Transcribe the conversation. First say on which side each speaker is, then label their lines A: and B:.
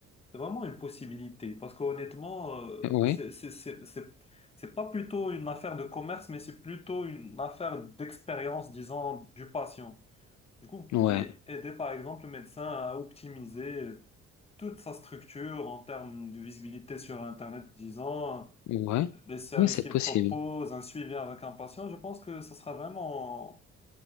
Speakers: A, on the left; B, on the left.
A: c'est vraiment une possibilité parce qu'honnêtement, euh,
B: Oui,
A: c'est c'est c'est c'est c'est pas plutôt une affaire de commerce, mais c'est plutôt une affaire d'expérience, disons, du patient. Du coup, vous pouvez
B: ouais,
A: aider par exemple le médecin à optimiser toute sa structure en termes de visibilité sur Internet, disons
B: ouais.
A: les services
B: Oui, c'est
A: qu'ils
B: possible.
A: proposent, un suivi avec un patient, je pense que ça sera vraiment